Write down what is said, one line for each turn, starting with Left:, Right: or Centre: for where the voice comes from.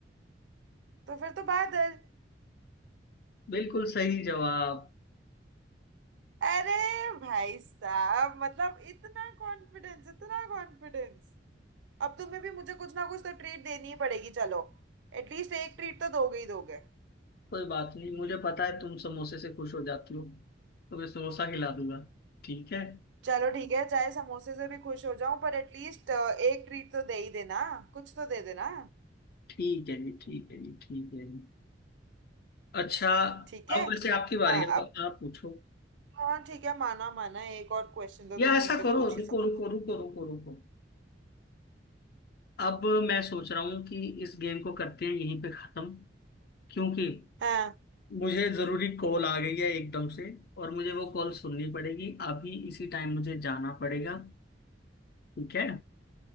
Right: तो फिर तो बादल
Left: बिल्कुल सही जवाब
Right: अरे भाई साहब मतलब इतना कॉन्फिडेंस इतना कॉन्फिडेंस अब तुम्हें भी मुझे कुछ ना कुछ तो ट्रीट देनी ही पड़ेगी चलो एटलीस्ट एक ट्रीट तो दोगे ही दोगे
Left: कोई बात नहीं मुझे पता है तुम समोसे से खुश हो जाती हो तो मैं समोसा खिला दूंगा ठीक है
Right: चलो ठीक है चाहे समोसे से भी खुश हो जाऊं पर एटलीस्ट एक ट्रीट तो दे ही देना कुछ तो दे देना
Left: ठीक है जी ठीक है जी ठीक है जी अच्छा
Right: ठीक
Left: अब
Right: है
Left: वैसे आपकी बारी
Right: हाँ
Left: है अब आप पूछो
Right: हाँ ठीक है माना माना एक और क्वेश्चन तो
Left: या
Right: तुम
Left: ऐसा
Right: मुझे
Left: करो
Right: पूछ ही
Left: रुको
Right: सकते
Left: रुको
Right: हो
Left: रुको रुको रुको अब मैं सोच रहा हूँ कि इस गेम को करते हैं यहीं पे खत्म क्योंकि
Right: हाँ
Left: मुझे जरूरी कॉल आ गई है एकदम से और मुझे वो कॉल सुननी पड़ेगी अभी इसी टाइम मुझे जाना पड़ेगा ठीक है